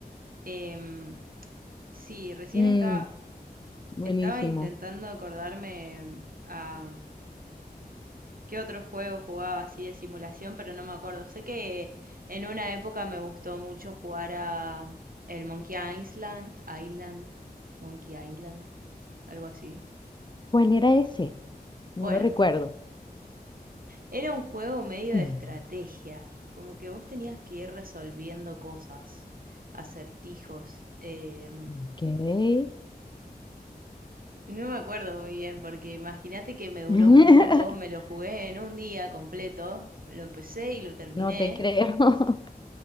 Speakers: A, on the right; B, on the left.
A: Em, sí, recién
B: Mm,
A: estaba,
B: buenísimo.
A: estaba intentando acordarme a ¿Qué otro juego jugaba así de simulación? Pero no me acuerdo. Sé que en una época me gustó mucho jugar a el Monkey Island, Island, Monkey Island, algo así.
B: ¿Cuál era ese? No
A: Bueno,
B: lo recuerdo.
A: era un juego medio de
B: Mm,
A: estrategia, como que vos tenías que ir resolviendo cosas, acertijos. eh,
B: Ok.
A: no me acuerdo muy bien, porque imagínate que me duró
B: <laughs>
A: muy poco, me lo jugué en un día completo, lo empecé y lo terminé.
B: No te creo. <laughs>